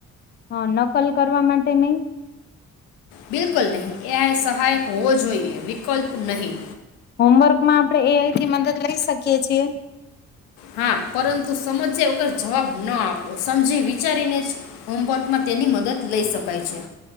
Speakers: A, on the left (about 30°); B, on the left (about 85°).
A: હા, નકલ કરવા માટે નઈ?
B: બિલકુલ નહીં. એ સહાયક હોવો જોઈએ વિકલ્પ નહી.
A: હોમવર્કમાં આપણે એ આઈ થી મદદ લઈ શકીએ છીએ?
B: હા, પરંતુ સમજ્યા વગર જવાબ ન આપો સમજી વિચારીને જ હોમવર્કમાં તેની મદદ લઈ શકાય છે.